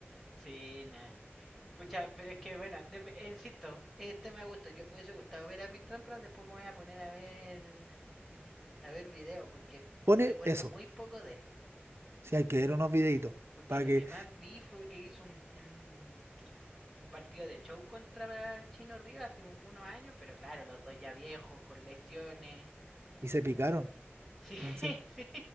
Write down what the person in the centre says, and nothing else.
Sí, nada. Pucha, pero es que bueno, dep- insisto, es tema de gusto. Yo me hubiese gustado ver a Pete Trampras, después me voy a poner a ver a ver video, porque
recuerdo
muy poco de él.
Porque
lo
que más vi fue que hizo un, un, un partido de show contra el Chino Rivas hace unos años, pero claro, los dos ya viejos, con lesiones.
Sí, <laughs>
sí.